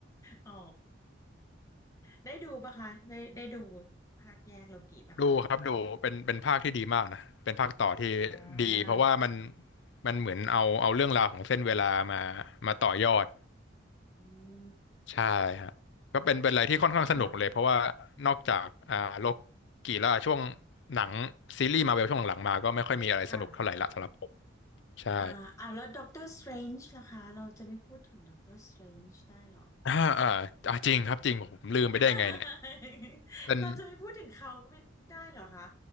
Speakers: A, on the left; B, on the left.
A: อ๋อได้ดูปะคะได้ได้ดูภาคแยกโลกิปะคะ
B: ดูครับดูเป็นเป็นภาคที่ดีมากนะเป็นภาคต่อที่
A: อ่
B: ดีเพราะว่ามัน
A: า
B: มันเหมือนเอาเอาเรื่องราวของเส้นเวลามามาต่อยอด
A: อืม
B: ใช่ฮะก็เป็นเป็นอะไรที่ค่อนข้างสนุกเลยเพราะว่านอกจากอ่าโล
A: ค่ะ
B: กีแล้วช่วงหนังซีรีส์มาเวลช่วงหลังๆมาก็ไม่ค่อยมีอะไรสนุกเท่าไหร่ละสำหรับผม
A: ค่ะ
B: ใช่
A: อ่าอ่าแล้วด็อกเตอร์สเตรนจ์ล่ะคะเราจะไม่พูดถึงด็อกเตอร์สเตรนจ์ได้เหรอ
B: อ่าอ่าอ่าจริงครับจริงผมลืมไปได้ไงเนี่ย
A: <laughs>
B: เป็น
A: เราจะไม่พูดถึงเขาไม่ได้เหรอคะ